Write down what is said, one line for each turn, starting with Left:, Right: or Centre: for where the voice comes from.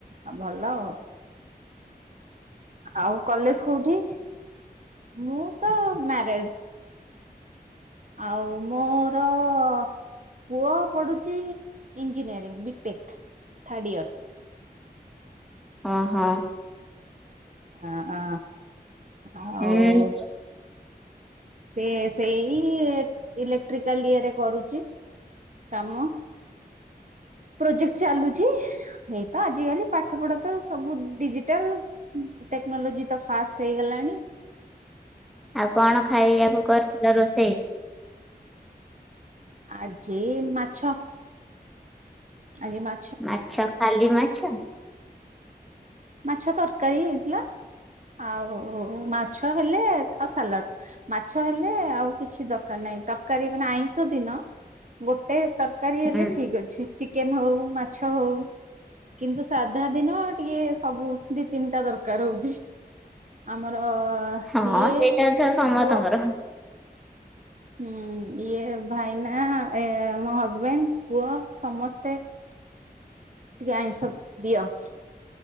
Right: ଆ ଭଲ ଆଉ। ଆଉ କଲେଜ କୋଉଠି? ମୁଁ ତ ମ୍ୟାରେଡ୍ ଆଉ ମୋର ଓ ପୁଅ ପଢୁଚି ଇଞ୍ଜିନିୟରିଂ ବିଟେକ୍ ଥାର୍ଡ ଇୟର।
Centre: ହଁ ହଁ
Right: ହ ହ ଆଉ
Centre: ହୁଁ
Right: ସିଏ ସେଇ ଇଲେକ୍ଟ୍ରିକାଲ ଇଏ ରେ କରୁଚି କାମ। ପ୍ରୋଜେକ୍ଟ ଚାଲୁଚି ଏଇତ ଆଜିକାଲି ପାଠ ପଢା ତ ସବୁ ଡିଜିଟାଲ୍। ଟେକ୍ନୋଲୋଜି ତ ଫାଷ୍ଟ ହେଇଗଲାଣି।
Centre: ଆଉ କଣ ଖାଇ ଆକୁ କରିଥିଲ ରୋଷେଇ?
Right: ଆଜି ମାଛ। ଆଜି ମା
Centre: ମାଛ ଖାଲି ମାଛ?
Right: ମାଛ ତରକାରୀ ହେଇଥିଲା। ଆଉ ମାଛ ହେଲେ ଆଉ ସାଲାଡ଼। ମାଛ ହେଲେ ଆଉ କିଛି ଦରକାର ନାହିଁ ତରକାରୀ ମାନେ ଆଇଁଷ ଦିନ ଗୋଟେ ତରକାରୀ
Centre: ହୁଁ
Right: ହେଲେ ଠିକ୍ ଅଛି ଚି ଚିକେନ ହଉ ମାଛ ହଉ କିନ୍ତୁ ସାଧା ଦିନ ଟିକେ ସବୁ ଦି ତିନିଟା ଦରକାର ହଉଛି ଆମର
Centre: ହଁ
Right: ଇଏ
Centre: ସେଇଟା
Right: ପୁଅ
Centre: ତ ସମସ୍ତଙ୍କର
Right: ହୁଁ ଇଏ ଭାଇନା ଏ ମୋ ହଜବେଣ୍ଡ ପୁଅ ସମସ୍ତେ ଟିକେ ଆଇଁସ ପ୍ରିୟ।